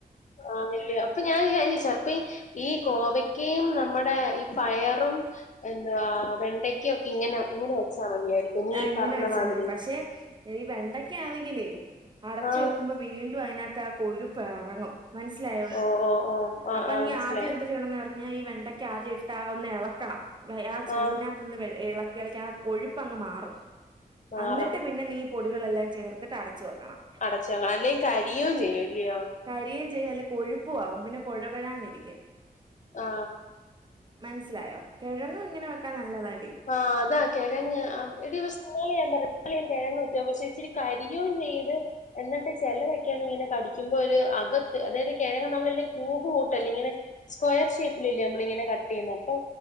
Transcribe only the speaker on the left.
ആന്നല്ലിയോ അപ്പൊ ഞാൻ ഒരു കാര്യം ചോച്ച അപ്പ ഈ ഈ കോവയ്ക്കയും നമ്മുടെ ഈ പയറും എന്തുവാ വെണ്ടയ്ക്കൊക്കെ ഇങ്ങനെ ഇങ്ങനെ വെച്ചാ മതിയായിരിക്കും നീ
പറഞ്ഞ
മാതിരി
ആഹ്
ഓഹ് ഓഹ് ഓഹ് ആഹ്
ആഹ്
മനസ്സിലായി
ആഹ്
മാറും
അടച്ച് വെക്കണം അല്ലെ കരിയും ചെയ്യു അല്ലിയോ
ആ
ആ അതാ കെഴങ്ങ് ആ എടി സ്കൂളി ഞാൻ പറഞ്ഞ് ഞാൻ കിഴങ്ങ് വെച്ച് പക്ഷെ ഇച്ചിരി കരിയും ചെയ്ത് എന്നിട്ട് ചെലതക്കയാണെങ്കി ഇങ്ങനെ കടിക്കുമ്പോ ഒരു അകത്ത് അതായത് കെഴങ്ങ് നമ്മളില്ലേ ക്യൂബ് കൂട്ടല്ലേ ഇങ്ങനെ സ്ക്വയർ ഷേപ്പിലല്ലേ നമ്മള് ഇങ്ങനെ കട്ട് ചെയ്യുന്നെ അപ്പൊ